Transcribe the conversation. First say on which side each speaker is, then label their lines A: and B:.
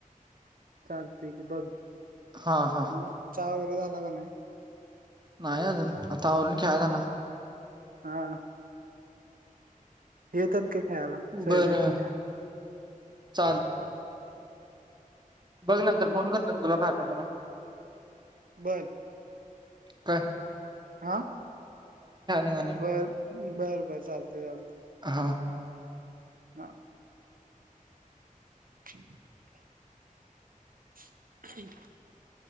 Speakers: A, on the right; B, on the right.
A: चालतेठी क बघ.
B: हा हा
A: मस् चचा लाग ना.
B: नाही अजून आता औरण ख्यायता ना.
A: हा. हे तर खेळाला सोय
B: बरं
A: मशीन त्या
B: <inaudible> बघ नंतर
A: हा
B: फोन करतो मी तुला बाार ह.
A: बंद.
B: का?
A: हा
B: निघालोय मी
A: बर बर बर चालत चालत.
B: हा
A: हा. <unintelligible> <unintelligible>